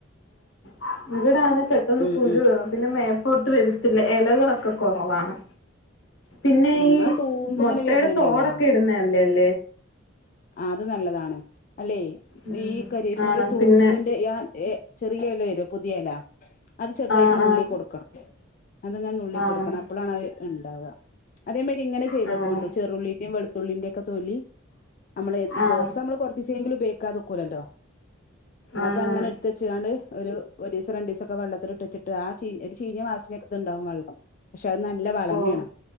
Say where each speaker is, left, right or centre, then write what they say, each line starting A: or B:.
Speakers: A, on the left; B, on the left.
A: ആ ഇവിട ആനെ പെട്ടന്ന്
B: ഉം
A: പുഴ
B: ഉം
A: പിന്നെ തോട്ട് വരുത്തില്ല ഇലകളൊക്കെ കുറവാണ് പിന്നെ
B: ഉം
A: ഈ
B: ആ തൂമ്പ്
A: മുട്ടയുടെ
B: ഇങ്ങനെ വരുന്നുണ്ടല്ലോ
A: തോടൊക്കെ ഇടുന്ന അല്ലേല്ല
B: ആ അത് നല്ലതാണ് അല്ലെയ്
A: ഉം
B: ഈ കരിയേപ്പിന്റെ
A: ആണ്
B: തൂമ്പിന്റെ
A: പിന്നെ
B: ആ ഏ ചെറിയ ഇല വരോ പുതിയല അത് ചെറുതായിട്ട്
A: ആഹ്
B: നുള്ളി കൊടുക്കണം അതങ്ങനെ നുള്ളിട്ടൊട്കണം
A: ആഹ്
B: അപ്പളാണത് ഉ ണ്ടവാ അതേ മരി ഇങ്ങനെ ചെയ്തോകൊണ്ട്
A: ആഹ്
B: ചെറുള്ളിൻ്റീം വെളുത്തുള്ളിൻ്റീം ഒ തൊലി അമ്മള്
A: ആഹ് ആഹ്
B: ദിവസം അമ്മള് കൊർച്ചി എങ്കിലും ബേക്കാതക്കൂലല്ലോ
A: ആണാണ്
B: അത് അങ്ങനെ എടുത്തച്ച്കാണ്ട് ഒരു ഒരീസം രണ്ടീസൊക്കെ വെള്ളത്തില് ഇട്ടച് ട്ട് ആ ചീ ഒരു ചീഞ വാസനക്ക ഇത് ഇണ്ടാവും വള്ളം പക്ഷെ അത് നല്ല വളമേണ്
A: ഓഹ്